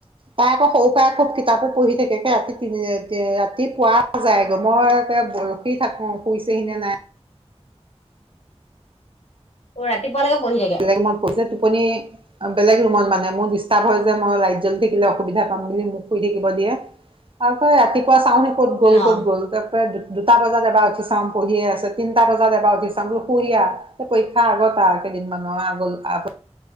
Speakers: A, on the right; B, on the left.
A: তাই আকৌ সৰু পৰা খুব কিতাপো পঢ়ি থাকে কে ৰাতি তিনি ৰাতি পুৱা যায়গৈ মই আকৌ ৰখি থাকো শুইছেহি নে নাই?
B: অ ৰাতিপুৱালৈকে পঢ়ি থাকে।
A: ৰুমত পৰিছে টোপনি এ বেলেগ ৰুমত মানে মোৰ ডিষ্টাৰ্ব হয় যে মই লাইট জ্বলি থাকিলে অসুবিধা পাম বুলি মোক শুই থাকিব দিয়ে আকৌ ৰাতিপুৱা চাওঁ সি ক'ত গ'ল
B: অ
A: ক'ত গ'ল তাক প্ৰায় দু দুটা বজাত এবাৰ উঠ চাম পঢ়িয়ে আছে তিনিটা বজাত এবাৰ উঠি । টা বোলা শুহি আ পৰীক্ষা আগত তাত কেইদিনমানৰ আগল আগল আ